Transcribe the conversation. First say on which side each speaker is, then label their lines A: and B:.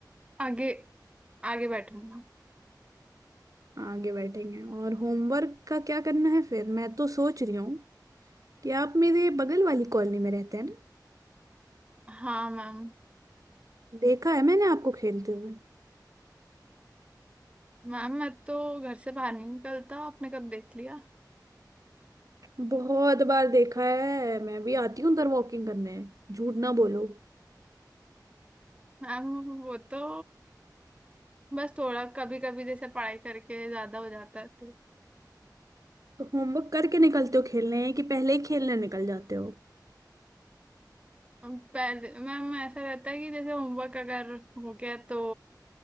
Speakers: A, on the right (about 15°); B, on the right (about 50°).
A: आगे आगे बैठूंगा
B: आगे बैठेंगे और होमवर्क का क्या करना है फिर मैं तो सोच रही हूँ कि आप मेरे बगल वाली कॉलोनी में रहते हैं ना
A: हाँ मैम
B: देखा है मैंने आपको खेलते हुए
A: मैम मैं तो घर से बाहर नहीं निकलता आपने कब देख लिया
B: बहुत बार देखा है मैं भी आती हूँ उधर वॉकिंग करने झूठ ना बोलो
A: हम वो तो बस थोड़ा कभी कभी जैसे पढ़ाई करके ज्यादा हो जाता है तो
B: तो होमवर्क करके निकलते हो खेलने कि पहले ही खेलने निकल जाते हो
A: हम पहले मैम ऐसा रहता है कि जैसे होमवर्क अगर हो गया तो